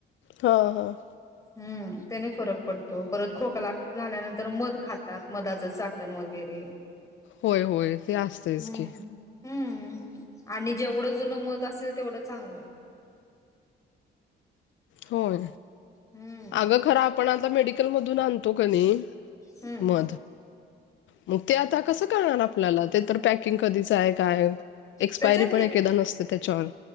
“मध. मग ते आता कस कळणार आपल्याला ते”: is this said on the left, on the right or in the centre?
Left